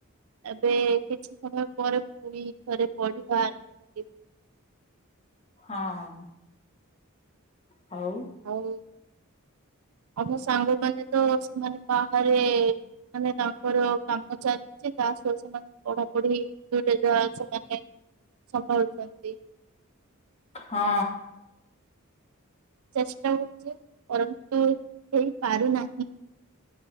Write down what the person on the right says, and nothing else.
ଏବେ କିଛି ସମୟ ପରେ ପୁଣି ଥରେ ପଢିବା କରିବି।
ହଉ ଆମ ସାଙ୍ଗମାନେ ତ ସେମାନେ ବାହାରେ ମାନେ ତାଙ୍କର କାମଚାଲି ଛି ତା ସହ ସେମାନେ ପଢାପଢି ଦୁଇଟା ଯା ସେମାନେ ସମ୍ଭାଳୁଛନ୍ତି।
ଚେଷ୍ଟା କରୁଛି ପରନ୍ତୁ ହେଇପାରୁନାହିଁ।